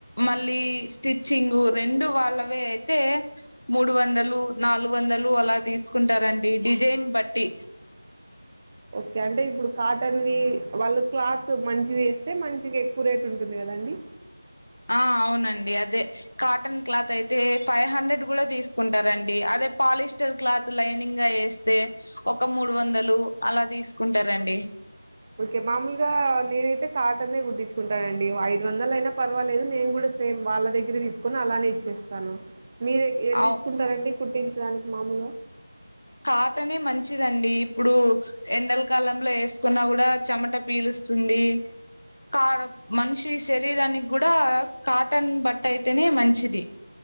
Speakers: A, on the left; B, on the right.
A: మళ్ళీ స్టిచ్చింగ్ రెండు వాళ్ళవే అయితే మూడు వందలు నాలుగు వందలు అలా తీసుకుంటారండి డిజైన్ బట్టి
B: ఓకే అంటే ఇప్పుడు కాటన్వి వాళ్ళు క్లాత్ మంచిది వేస్తే మంచిగా ఎక్కువ రేట్ ఉంటుంది కదండి
A: ఆ అవునండి అదే కాటన్ క్లాత్ అయితే ఫైవ్ హండ్రెడ్ కూడా తీసుకుంటారండి అదే పాలిస్టర్ క్లాత్ లైనింగ్ గా వేస్తే ఒక మూడు వందలు అలా తీసుకుంటారండి
B: ఓకే మామూలుగా నేనైతే కాటన్దే కుట్టించుకుంటానండి ఐదు వందలు అయినా పర్వాలేదు నేను కూడా సేమ్ వాళ్ళ దగ్గరే తీసుకొని అలానే ఇచ్చేస్తాను మీరు ఏది
A: అవు
B: తీసుకుంటారండి కుట్టించడానికి మామూలుగ
A: కాటనే మంచిదండి ఇప్పుడు ఎండలకాలంలో వేసుకున్నా కూడా చెమట పీలుస్తుంది కా మనిషి శరీరానికి కూడా కాటన్ బట్ట అయితేనే మంచిది